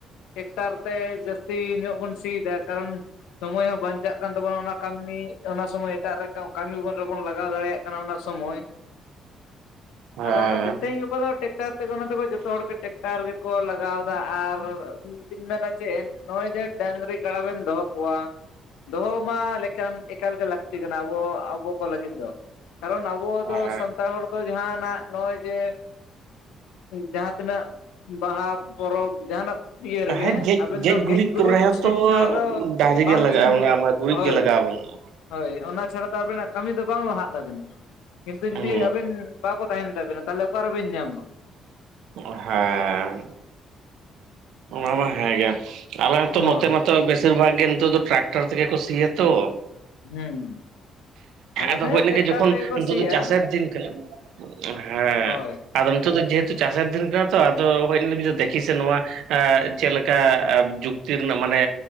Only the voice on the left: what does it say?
ᱴᱮᱠᱴᱟᱨ ᱛᱮ ᱡᱟᱹᱥᱛᱤ ᱧᱚᱜ ᱵᱚᱱ ᱥᱤᱭᱫᱟ, ᱠᱟᱨᱚᱱ ᱥᱚᱢᱚᱭ ᱦᱚᱸ ᱵᱟᱧᱪᱟᱜ ᱠᱟᱱ ᱛᱟᱵᱚᱱᱟ ᱚᱱᱟ ᱠᱟᱹᱢᱤ ᱚᱱᱟ ᱥᱚᱢᱚᱭ ᱮᱴᱟᱜ ᱨᱮ ᱠᱟᱹᱢᱤ ᱵᱚᱱ ᱨᱮᱵᱚᱱ ᱞᱟᱜᱟᱣ ᱫᱟᱲᱮᱭᱟᱜ ᱠᱟᱱᱟ ᱚᱱᱟ ᱥᱚᱢᱚᱭ ᱾
ᱟᱫᱚ ᱚᱱᱟᱛᱮ ᱛᱮᱦᱤᱧ ᱜᱟᱯᱟ ᱫᱚ ᱴᱮᱠᱴᱟᱨ ᱛᱮᱜᱮ ᱚᱱᱟ ᱫᱚᱠᱚ ᱡᱚᱛᱚ ᱦᱚᱲᱜᱮ ᱴᱮᱠᱴᱟᱨ ᱜᱮ, ᱠᱚ ᱞᱟᱜᱟᱣᱫᱟ ᱟᱨ ᱤᱧ ᱢᱮᱱᱟ ᱪᱮᱫ ᱱᱚᱜᱼᱚᱭ ᱡᱮ ᱰᱟᱹᱝᱨᱤ ᱠᱟᱲᱟ ᱵᱮᱱ ᱫᱚᱦᱚ ᱠᱚᱣᱟ, ᱫᱚᱦᱚ ᱢᱟ ᱞᱮᱠᱟᱱ ᱮᱠᱟᱞᱜᱮ ᱞᱟᱹᱠᱛᱤ ᱠᱟᱱᱟ ᱟᱵᱚ ᱟᱵᱚ ᱠᱚ ᱞᱟᱹᱜᱤᱫ ᱫᱚ, ᱠᱟᱨᱚᱱ ᱟᱵᱚ ᱟᱹᱵᱚ
ᱫᱚ ᱥᱟᱱᱛᱟᱲ ᱦᱚᱲ ᱫᱚ ᱡᱟᱦᱟᱱᱟᱜ ᱱᱚᱜᱼᱚᱭ ᱡᱮ ᱡᱟᱦᱟᱸ ᱛᱤᱱᱟᱹᱜ ᱵᱟᱦᱟ ᱯᱚᱨᱚᱵᱽ ᱡᱟᱦᱟᱸᱱᱟᱜ ᱤᱭᱟᱹ
ᱨᱮᱜᱮ,
ᱟᱵᱮᱱ ᱫᱚ
ᱜᱮᱡ
ᱜᱩᱨᱩᱡ
ᱴᱷᱤᱠ ᱪᱷᱟᱲᱟ ᱫᱚ
ᱵᱟᱝ
ᱦᱳᱭ᱾
ᱦᱳᱭ ᱚᱱᱟ ᱪᱷᱟᱲᱟ ᱫᱚ ᱟᱵᱮᱱᱟᱜ ᱠᱟᱹᱢᱤ ᱫᱚ ᱵᱟᱝ ᱞᱟᱦᱟᱜ ᱛᱟᱵᱮᱱᱟ, ᱠᱤᱱᱛᱩ
ᱡᱩᱫᱤ ᱟᱵᱮᱱ ᱵᱟᱠᱚ ᱛᱟᱦᱮᱱ ᱛᱟᱵᱤᱱᱟ ᱛᱟᱦᱞᱮ ᱚᱠᱟ ᱨᱮᱵᱮᱱ ᱧᱟᱢᱟ?
ᱦᱳᱭ
ᱦᱩᱸ᱾ ᱟᱞᱮ
ᱥᱮᱫ
ᱦᱚᱸ
ᱴᱮᱠᱴᱟᱨ
ᱛᱮᱜᱮ ᱠᱚ
ᱥᱤᱭᱟ
ᱦᱳᱭ